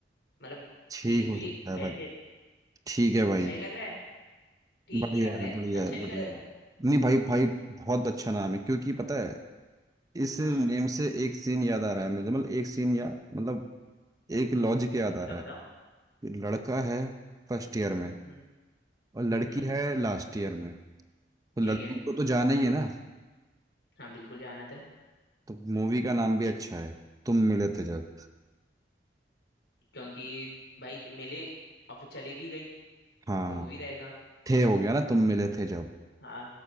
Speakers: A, on the left; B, on the right.
A: मतलब
B: ठीक
A: चीज
B: हो
A: भी
B: सकता है
A: वैसे
B: भाई ठीक है भाई
A: सही लग रहा है ठीक
B: बढ़िया
A: ही लग रहा
B: है
A: है
B: बढ़िया
A: अच्छा
B: है
A: नहीं
B: बढ़िया
A: लग रहा
B: है नहीं भाई भाई बहुत अच्छा नाम है क्योंकि पता है इस
A: हाँ
B: नेम से एक सीन याद आ रहा है मुझे मतलब एक सीन या मतलब एक लॉजिक याद आ
A: बताओ
B: रहा
A: बताओ
B: है लड़का है फर्स्ट ईयर में
A: हम्म
B: और लड़की
A: हम्म
B: है लास्ट ईयर में तो
A: ठीक
B: लड़की
A: है
B: को तो जाना ही है ना
A: हाँ बिल्कुल जाना था
B: तो मूवी का नाम भी अच्छा है तुम मिले थे जब
A: क्योंकि भाई ज- मिले और फिर चली भी गई
B: हाँ
A: तो वो भी रहेगा
B: थे हो गया ना तुम मिले थे जब
A: हाँ